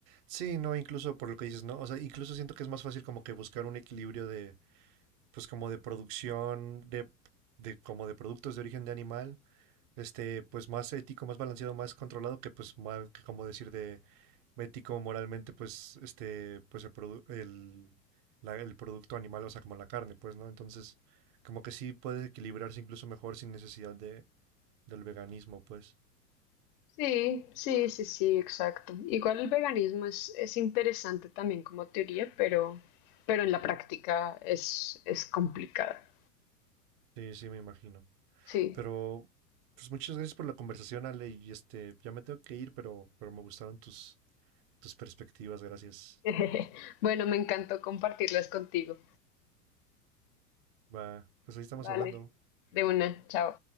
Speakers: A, on the right (about 35°); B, on the left (about 35°).
A: Sí, no, incluso por lo que dices, ¿no? O sea, incluso siento que es más fácil como que buscar un equilibrio de, pues como de producción, de, de como de productos de origen de animal, este, pues más ético, más balanceado, más controlado que pues, ma- que como decir de ético, moralmente, pues, este, pues el, produ- el, la- el producto animal, o sea, como la carne, pues, ¿no? Entonces, como que sí puede equilibrarse incluso mejor sin necesidad de, del veganismo, pues.
B: Sí, sí, sí, sí, exacto. Igual el veganismo es, es interesante también como teoría, pero, pero en la práctica es, es complicada.
A: Sí, sí, me imagino.
B: Sí.
A: Pero, pues muchas gracias por la conversación, Ale, y este, ya me tengo que ir, pero, pero me gustaron tus, tus perspectivas, gracias.
B: <laughs> Bueno, me encantó compartirlas contigo.
A: Va, pues ahí estamos
B: Vale,
A: hablando.
B: De una, chao.